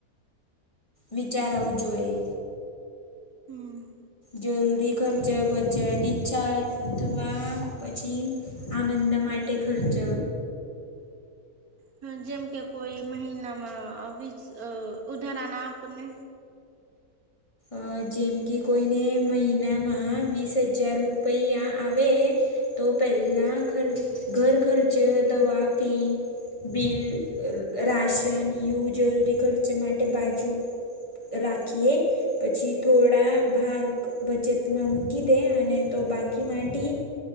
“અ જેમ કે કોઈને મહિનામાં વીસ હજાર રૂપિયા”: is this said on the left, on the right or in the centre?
Left